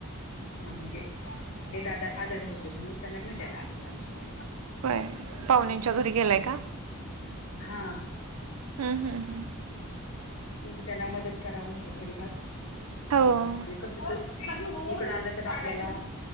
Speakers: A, on the left; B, on the right.
A: हा म्हणजे ते दादा आजारी होते म्हणून त्यांना भेटायला आलो होत आम्ही. इकडे
B: होय पाहुण्यांच्या घरी गेलाय का?
A: हा.
B: हा हा हा.
A: त्यांना मदत करावं म्हटलं थोडीफार
B: हो
A: आणि कस इकड आलं तर आपल्याला